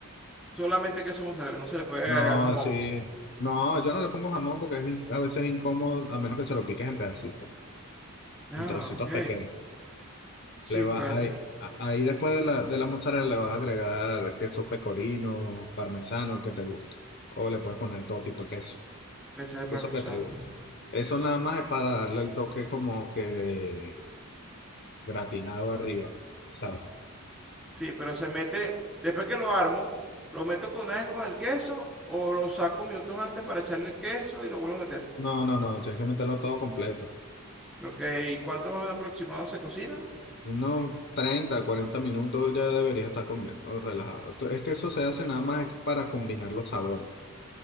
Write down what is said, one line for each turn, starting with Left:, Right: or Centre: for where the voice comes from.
Centre: solamente queso mozzarella, no se le puede
Left: No,
Centre: agregar jamón.
Left: sí, no, yo no le pongo jamón porque es, in- a veces es incómodo, a menos que se lo piques en pedacitos,
Centre: Ah,
Left: en trocitos
Centre: ok.
Left: pequeños.
Centre: Sí,
Left: Le va,
Centre: porque a veces
Left: ahí, a- ahí después de la, de la mozzarella le vas a agregar queso pecorino, parmesano, el que te guste. O le puedes poner todo tipo de queso.
Centre: puede ser el parmesano.
Left: Eso que te gusta. Eso nada más es para darle el toque como que de gratinado arriba, ¿sabes?
Centre: Sí, pero se mete, después que lo armo, lo meto con una vez con el queso o lo saco minutos antes para echarle el queso y lo vuelvo a meter.
Left: No, no, no, tienes que meterlo todo completo.
Centre: Ok, ¿y cuánto más o menos aproximado se cocina?
Left: Unos treinta cuarenta minutos ya deberías estar comiendo relajado. Esto- Es que eso se hace nada más para combinar los sabores